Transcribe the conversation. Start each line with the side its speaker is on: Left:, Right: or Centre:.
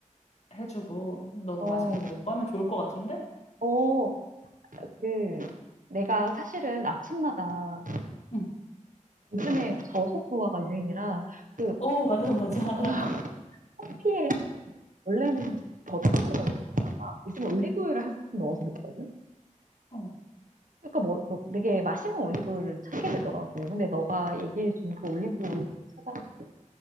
Left: 해주고 너도
Right: 어,
Left: 맛있는 거 먹고 하면 좋을 것 같은데?
Right: 어, 그, 내가 사실은 아침마다
Left: 응.
Right: 요즘에 저속노화가 유행이라 그
Left: 어, 맞아, 맞아.
Right: <laughs>
Left: <laughs>
Right: 커피에 원래는 버터를 넣어. 먹어. 요즘 올리브유를 한 스푼 넣어서 먹거든?
Left: 어,
Right: 그러니까 뭐, 뭐 되게 맛있는 올리브유를 찾게 되더라고. 근데 너가 얘기해준 그 올리브 오일도 찾아볼